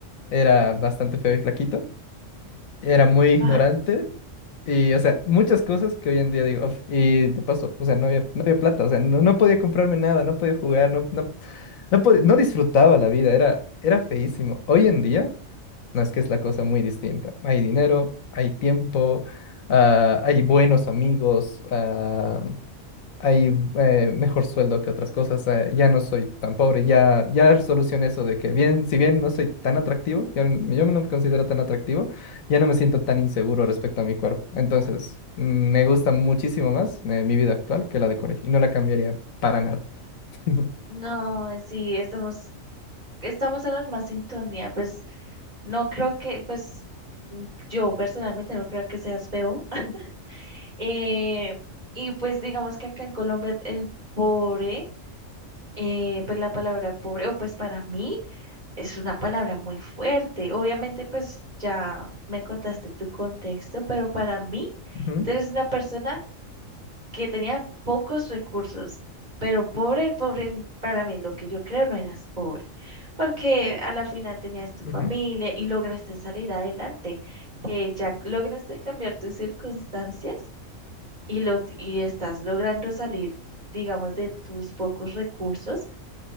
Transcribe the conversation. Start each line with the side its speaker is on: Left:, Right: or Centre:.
Left: era bastante feo y flaquito, era muy ignorante
Right: ay,
Left: y, o sea, muchas cosas que hoy en día digo, "Uf", y de paso, o sea, no había, no había plata, o sea, no, no podía comprarme nada, no podía jugar, no, no, no, pod- no disfrutaba la vida, era, era feísimo. Hoy en día... No es que es la cosa muy distinta. Hay dinero, hay tiempo, ah, hay buenos amigos, ah, hay eh, mejor sueldo que otras cosas. eh, ya no soy tan pobre, ya, ya solucioné eso de que bien, si bien no soy tan atractivo, yo, n- yo no me considero tan atractivo, ya no me siento tan inseguro respecto a mi cuerpo. Entonces, mm, me gusta muchísimo más eh, mi vida actual que la de colegio y no la cambiaría para nada. <laughs>
Right: no, sí, estamos, estamos en la misma sintonía. Pues, no creo que, pues, mm, yo personalmente no creo que seas feo. <laughs> Eh, y pues, digamos que acá en Colombia el pobre, eh, pues la palabra pobre, o pues para mí. es una palabra muy fuerte. Obviamente, pues ya me contaste tu contexto, pero para mí,
Left: Ujú,
Right: tú eres una persona que tenía pocos recursos, pero pobre, pobre, n- para mí, lo que yo creo no eras pobre, porque a la final tenías tu
Left: ujú.
Right: familia y lograste salir adelante, que ya lograste cambiar tus circunstancias y, lo, y estás logrando salir, digamos, de tus pocos recursos